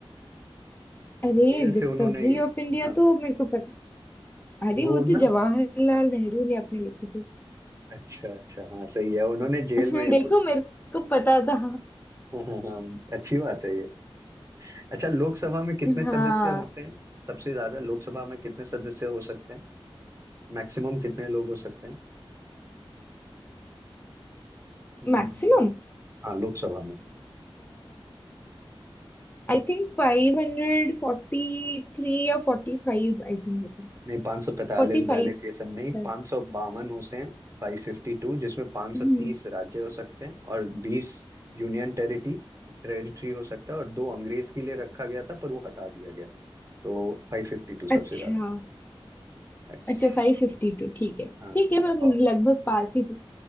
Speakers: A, on the left; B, on the right.
A: अरे
B: जेल
A: डिस्कवरी
B: से उन्होंने
A: ऑफ इंडिया
B: हाँ
A: तो मेरे को पता अरे
B: वो
A: वो तो
B: ना
A: जवाहरलाल नेहरू ने अपने लिखी थी
B: अच्छा अच्छा हाँ सही है उन्होंने जेल
A: <laughs>
B: में ये
A: देखो
B: पुस्तक
A: मेरे को पता था
B: हाँ हाँ हाँ अच्छी बात है ये अच्छा लोकसभा में कितने सदस्य
A: हाँ
B: होते हैं सबसे ज्यादा लोकसभा में कितने सदस्य हो सकते हैं मैक्सिमम कितने लोग हो सकते हैं हम्म,
A: Maximum
B: हाँ लोकसभा में
A: I think five hundred forty three या फोर्टी फाइव आई थिंक होती
B: नहीं पाँच सौ पैंतालीस
A: फोर्टी
B: बैलेंस
A: फाइव
B: सेशन नहीं
A: शायद।
B: पाँच सौ बावन होते हैं फाइव फिफ्टी टू जिसमें पाँच
A: हम्म,
B: सौ तीस राज्य हो सकते हैं और बीस यूनियन टेरिटरी टेरिटरी हो सकता है और दो अंग्रेज के लिए रखा गया था पर वो हटा दिया गया तो फाइव फिफ्टी टू
A: अच्छा
B: सबसे ज्यादा अच्छा
A: अच्छा फाइव फिफ्टी टू ठीक है
B: हाँ
A: ठीक है मैं
B: और
A: लगभग पास ही थी